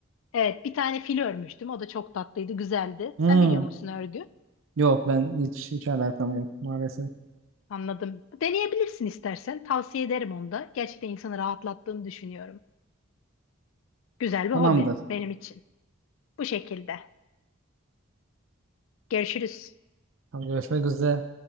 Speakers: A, on the left; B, on the right.
A: Evet, bir tane fil örmüştüm. O da çok tatlıydı, güzeldi.
B: Hmm.
A: Sen biliyor musun örgü?
B: Yok ben hiç hiç alakam yok maalesef.
A: Anladım. Deneyebilirsin istersen. Tavsiye ederim onu da. Gerçekten insanı rahatlattığını düşünüyorum. Güzel bir
B: Tamamdır.
A: hobi benim için. Bu şekilde. Görüşürüz.
B: Tamam, görüşmek üzere.